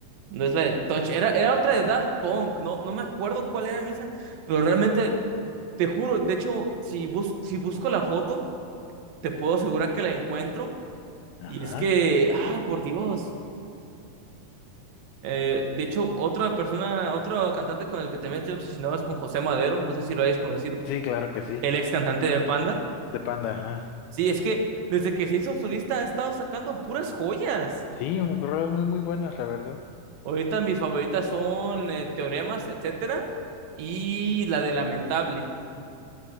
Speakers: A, on the right (about 70°); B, on the left (about 90°).
A: no es la de Touch. Era, era otra de Daft Punk. No, no me acuerdo cuál era misma, pero realmente, te juro, de hecho, si, bus si busco la foto, te puedo asegurar que la encuentro.
B: Ajá.
A: Y es que, ah, por Dios. Eh, de hecho, otra persona, otro cantante con el que también estoy obsesionado es con José Madero. No sé si lo hayas conocido.
B: Sí, claro que sí.
A: El ex cantante de Panda.
B: De Panda, ajá.
A: Sí, es que desde que se hizo solista ha estado sacando puras joyas.
B: Sí, rolas muy, muy buenas, la verdad.
A: Ahorita mis favoritas son eh, Teoremas, etcétera, y la de Lamentable.